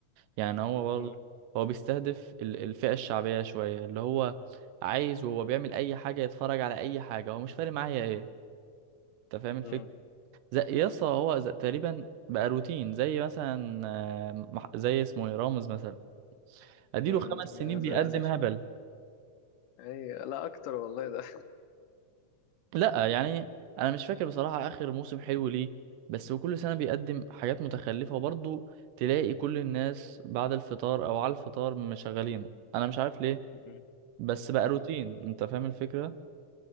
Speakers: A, on the right; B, on the left.
A: يعني هو برضه
B: م-
A: هو بيستهدف ال- الفئة الشعبية شوية اللي هو عايز وهو بيعمل أي حاجة يتفرج على أي حاجة هو مش فارق معايا إيه أنت فاهم الفكرة
B: م-
A: زي يسطا هو زي تقريبا بقى روتين زي مثلا آه، مح- زي اسمه إيه، رامز مثلا أديله
B: م-
A: خمس
B: يا
A: سنين
B: ساتر
A: بيقدم هبل
B: اي لا اكتر والله ده
A: لا يعني أنا مش فاكر بصراحة آخر موسم حلو ليه بس هو كل سنة بيقدم حاجات متخلفة وبرضه تلاقي كل الناس بعد الفطار أو على الفطار مشغلينه أنا مش عارف ليه
B: مم.
A: بس بقى
B: مم.
A: روتين انت فاهم الفكرة